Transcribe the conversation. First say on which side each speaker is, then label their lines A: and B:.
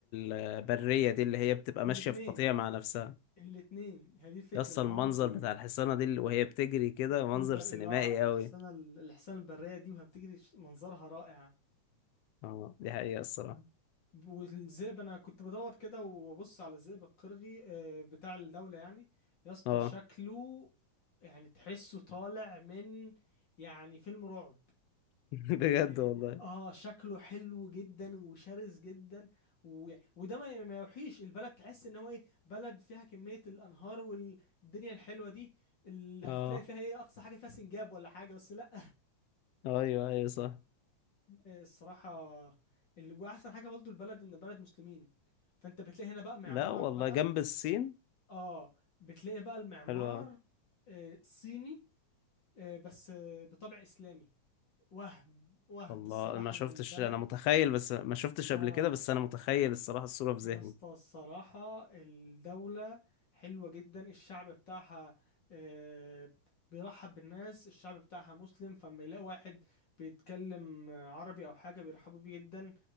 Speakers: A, on the left; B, on the left.
A: البرية دي اللي هي بتبقى ماشية
B: الاتنين
A: في قطيع مع نفسها
B: الاتنين هي دي الفكرة
A: يس
B: ان
A: المنظر
B: هم بي
A: بتاع الحصانة دي اللي- وهي بتجري كده منظر
B: والبر
A: سينمائي
B: اللي هو الحصانة
A: قوي
B: الحصانة البرية دي وهي بتجري ش- منظرها رائع
A: اه دي حقيقة الصراحة
B: م. والذئب انا كنت بدور كده وابص على الذئب القرغي آه، بتاع الدولة يعني يا اسطى
A: اه
B: شكله يعني تحسه طالع من يعني فيلم رعب
A: <laughs> بجد
B: اه
A: والله
B: آه، شكله حلو جدا وشرس جدا و... وده ما ما يوحيش البلد تحس ان هو ايه بلد فيها كمية الانهار والدنيا الحلوة دي اللي هتلاقي
A: اه
B: فيها ايه اقصى حاجة فيها سنجاب ولا حاجة بس لا
A: ايوه ايوه صح
B: آه، الصراحة ال- واحسن حاجة برضه البلد ان بلد مسلمين فانت بتلاقي هنا بقى معمار
A: لا والله
B: بقى
A: جنب الصين
B: اه بتلاقي بقى المعمار
A: حلو أوي.
B: آه صيني آه بس آه بطبع اسلامي وهم وهم
A: الله
B: الصراحة
A: ما شفتش
B: انا البلد
A: انا متخيل بس ما شفتش
B: اه
A: قبل كده بس انا متخيل الصراحة الصورة في ذهني
B: يا اسطى الصراحة الدولة حلوة جدا الشعب بتاعها آه، بيرحب بالناس الشعب بتاعها مسلم فلما يلاقي واحد بيتكلم آه، عربي أو حاجة بيرحبوا بيه جدا